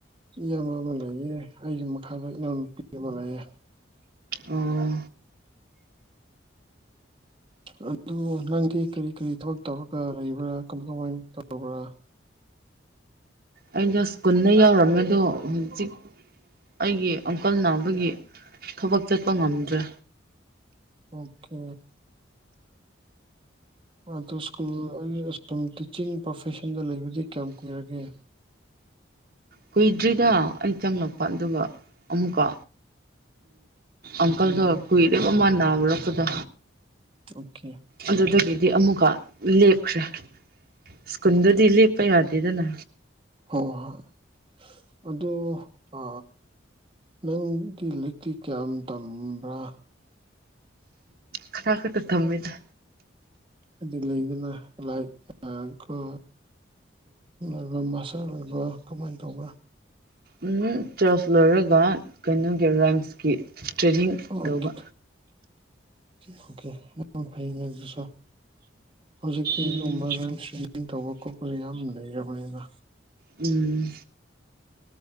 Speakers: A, on the right (about 25°); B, on the right (about 50°).
A: ꯏꯕ ꯑꯃ ꯂꯩꯌꯦ ꯑꯩꯒꯤ ꯃꯈꯥꯗ ꯏꯅꯥꯎꯅꯨꯄꯤ ꯑꯃ ꯂꯩꯌꯦ
B: ꯑꯥ
A: ꯑꯗꯨ ꯅꯪꯗꯤ ꯀꯔꯤ ꯀꯔꯤ ꯊꯕꯛ ꯇꯧꯔꯒ ꯂꯩꯕ꯭ꯔꯥ ꯀꯃꯥꯏ ꯀꯃꯥꯏꯅ ꯇꯔꯕ꯭ꯔꯥ
B: ꯑꯩꯅ ꯁ꯭ ꯀꯨꯜꯗ ꯌꯎꯔꯝꯃꯦ ꯑꯗꯣ ꯍꯧꯖꯤꯛ ꯑꯩꯒꯤ ꯑꯪꯀꯜ ꯅꯥꯕꯒꯤ ꯊꯕꯛ ꯆꯠꯄ ꯉꯝꯗ꯭ꯔꯦ
A: ꯑꯣꯀꯦ ꯑꯗꯨ ꯁ꯭ꯀꯨꯜ ꯑꯩ ꯁ꯭ꯀꯨꯜ ꯇꯤꯆꯤꯡ ꯄ꯭ꯔꯣꯐꯦꯁꯟꯗ ꯂꯩꯕꯗꯤ ꯀꯌꯥꯝ ꯀꯨꯏꯔꯒꯦ
B: ꯀꯨꯏꯗ꯭ꯔꯤꯗ ꯑꯩ ꯆꯪꯂꯛꯄ ꯑꯗꯨꯒ ꯑꯃꯨꯛꯀ ꯑꯪꯀꯜꯗ
A: ꯎꯝ
B: ꯀꯨꯏꯔꯦꯕ ꯃ ꯅꯥꯕꯔꯛꯄꯗ
A: ꯑꯣꯀꯦ
B: ꯑꯗꯨꯗꯒꯤꯗꯤ ꯑꯃꯨꯛꯀ ꯂꯦꯞꯈ꯭ꯔꯦ ꯁꯀꯨꯟꯗꯤ ꯂꯦꯛꯄ ꯌꯥꯗꯦꯗꯅ
A: ꯍ ꯍꯣꯏ ꯑꯗꯨ ꯑ ꯅꯪꯗꯤ ꯂꯤꯛꯇꯤ ꯀꯌꯥꯝ ꯇꯝꯕ꯭ꯔꯥ
B: ꯈꯔ ꯈꯇ ꯊꯝꯃꯦꯗ
A: ꯍꯥꯏꯗꯤ ꯂꯩꯗꯅ ꯂꯥꯏꯛꯁ ꯑꯗꯨꯒ ꯃꯥꯁꯇꯔ ꯑꯣꯏꯕ꯭ꯔꯥ ꯀꯃꯥꯏꯅ ꯇꯧꯕ꯭ꯔꯥ
B: ꯎꯝ ꯇ꯭ꯋꯦꯜꯐ ꯂꯣꯏꯔꯒ ꯀꯩꯅꯣꯒꯤ ꯔꯥꯏꯝꯁꯀꯤ ꯇ꯭ꯔꯦꯅꯤꯡ
A: ꯑꯣꯀꯦ
B: ꯇꯧꯕ
A: ꯑꯣꯀꯦ ꯌꯥꯝ ꯐꯩ ꯑꯗꯨꯁꯣ ꯍꯧꯖꯤꯛꯇꯤ
B: ꯎꯝ
A: ꯑꯗꯨꯝꯕ ꯔꯥꯏꯝ ꯁ꯭ꯋ ꯇꯧꯕ ꯈꯣꯠꯄ ꯌꯥꯝ ꯂꯩꯔꯕꯅꯤꯅ
B: ꯎꯝ